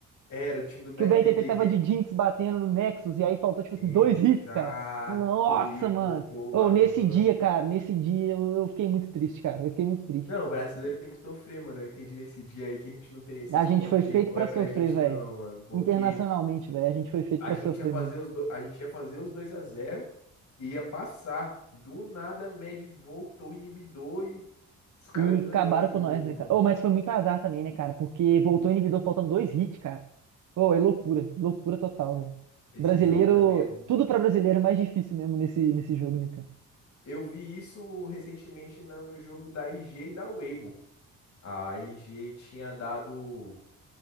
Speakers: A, on the left (about 65°); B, on the right (about 70°).
A: Era o time do BRTT
B: que o BRTT tava
A: que a
B: de
A: gente.
B: Jinx batendo no Nexus e aí faltou, tipo
A: Exato.
B: assim, dois hits, cara. Nossa,
A: E
B: mano.
A: botou o bagulho,
B: Ou nesse dia, cara, nesse dia eu, eu fiquei muito triste, cara. Eu fiquei muito triste.
A: Não, o brasileiro tem que sofrer, mano. Eu entendi nesse dia aí que a gente não tem esse
B: A
A: esporte
B: gente foi feito
A: aí, não
B: pra
A: é pra
B: sofrer,
A: gente
B: velho.
A: não, mano, porque
B: Internacionalmente, velho. A gente foi feito
A: a
B: pra
A: gente
B: sofrer
A: ia fazer
B: mesmo.
A: os do... a gente ia fazer os 2 a zero, e ia passar. Do nada, a Med voltou o inibidor e os caras
B: E
A: ganhou
B: acabaram
A: o jogo,
B: com nós, né,
A: mano.
B: cara? Oh, mas foi muito azar também, né, cara? Porque voltou o inibidor faltando dois hits, cara. Oh, é loucura. Loucura total, velho.
A: Esse
B: Brasileiro.
A: jogo também é muito...
B: Tudo pra brasileiro é mais difícil mesmo nesse, nesse jogo, né, cara?
A: Eu vi isso recentemente na- no jogo da IG e da Weibo. A IG tinha dado